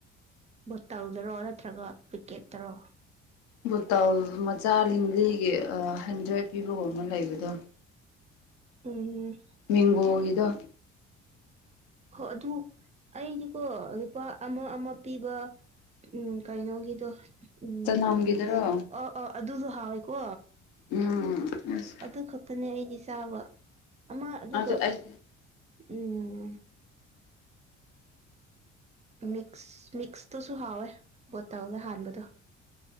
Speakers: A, on the right; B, on the left.
A: ꯕꯣꯇꯜꯗꯔꯣ ꯅꯠꯇ꯭ꯔꯒ ꯄꯤꯛꯀꯦꯠꯇꯔꯣ
B: ꯕꯨꯇꯥꯜ ꯃꯆꯥ ꯂꯤꯡꯂꯤꯒꯤ ꯍꯟꯗ꯭ꯔꯦꯠ ꯄꯤꯕꯒ ꯑꯃ ꯂꯩꯕꯗꯣ
A: ꯎꯝ
B: ꯃꯦꯡꯒꯣ ꯒꯤꯗꯣ
A: ꯍꯣ ꯑꯗꯨ ꯑꯩꯗꯤꯀꯣ ꯂꯨꯄꯥ ꯑꯃ ꯑꯃ ꯄꯤꯕ ꯎꯝ ꯀꯩꯅꯣꯒꯤꯗꯣ ꯎꯝ
B: ꯆꯅꯝꯒꯤꯗꯨꯔꯣ
A: ꯑ ꯑ ꯑꯗꯨꯁꯨ ꯍꯥꯎꯋꯦꯀꯣ
B: ꯎꯝ ꯑꯁ
A: ꯑꯗꯨ ꯈꯛꯇꯅꯦ ꯑꯩꯗꯤ ꯆꯥꯕ ꯑꯃ ꯑꯗꯨꯒ
B: ꯑꯗꯨ ꯑꯩ
A: ꯎꯝ ꯃꯤꯛꯁ ꯃꯤꯛꯁꯇꯨꯁꯨ ꯍꯥꯎꯋꯦ ꯕꯣꯇꯜꯗ ꯍꯥꯟꯕꯗꯣ